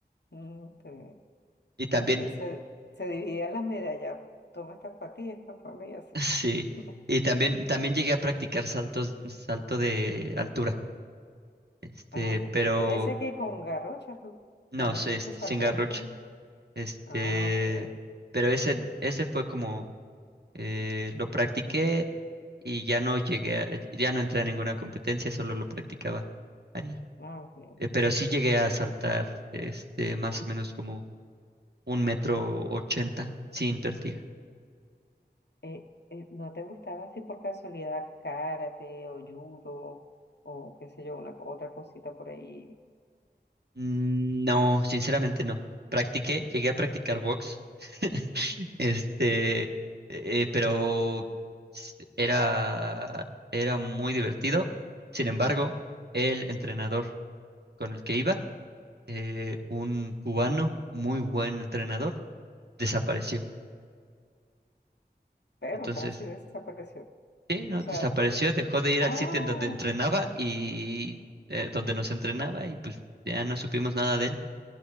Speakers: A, on the left; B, on the right.
A: Mm, qué bien.
B: Y también
A: Eh, se, se, se dividían las medallas. Toma esta para ti, esta para mí, así.
B: Sí,
A: <laughs>
B: y también, también llegué a practicar saltos, salto de altura, este,
A: Ah, ok.
B: pero
A: Pero ese que con garrocha, tú,
B: no,
A: cuando
B: se,
A: tú dices
B: este,
A: salto
B: se engarrocha,
A: de altura. ¿no?
B: este,
A: Ah, ok.
B: pero ese, ese fue como, eh, lo practiqué y ya no llegué, a- ya no entré a ninguna competencia, solo lo practicaba ahí,
A: Ah, ok.
B: Eh, pero sí llegué a saltar, este, más o menos como un metro ochenta sin pértiga.
A: Eh, eh, ¿no te gustaba así por casualidad karate o judo o qué sé yo, una co- otra cosita por ahí?
B: Mm, No, sinceramente no, practiqué, llegué a practicar box. <laughs> Este, eh, pero s- era, era muy divertido. Sin embargo, el entrenador con el que iba, eh, un cubano, muy buen entrenador, desapareció.
A: Pero,
B: Entonces,
A: ¿cómo así desapareció?
B: sí, no,
A: O sea,
B: desapareció,
A: de-
B: dejó de ir
A: ah,
B: al sitio en donde entrenaba y eh, donde nos entrenaba y pues ya no supimos nada de él.